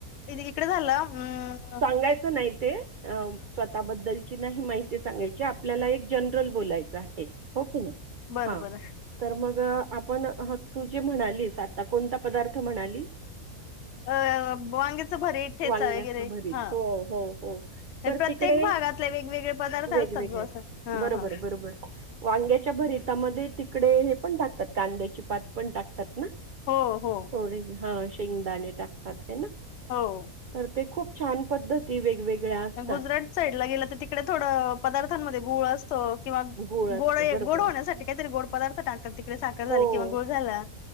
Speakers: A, on the left (about 60°); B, on the right (about 70°).
A: इ इकडे झालं. हम्.
B: <unintelligible> अम स्वतःबद्दल -- ची नाही माहिती सांगायची. आपल्याला एक जनरल बोलायचं आहे. हो की नाही?
A: बरं
B: हां.
A: बरं
B: तर मग आपण तू जे म्हणालीस आत्ता कोणता पदार्थ म्हणालीस?
A: अ वांग्याच भरीत ठेचा
B: वांग्याचं
A: हे
B: भरीत.
A: - हं.
B: हो, हो, हो. तर
A: हे प्रत्येक
B: तिकडे
A: भागातले वेगवेगळे पदार्थ
B: वेगवेगळे.
A: असतात बुवा असं. हा
B: बरोबर.
A: हा
B: बरोबर. वांग्याच्या भरितामध्ये तिकडे हे पण टाकतात. कांद्याची पात पण टाकत - -तात ना?
A: हो हो
B: थोडी हा. शेंगदाणे टाकतात आहे ना?
A: हो.
B: तर ते खूप छान पद्धती वेगवेगळ्या असतात.
A: गुजरात साईड ला गेलं तर तिकडे थोडं पदार्थांमध्ये गुळ अस - -तो किंवा
B: गूळ असतो
A: गोड
B: बरोबर.
A: गोड होण्यासाठी काहीतरी गोड पदार्थ टाकतात तिकडे साखर झाली
B: हो.
A: किंवा गूळ झाला.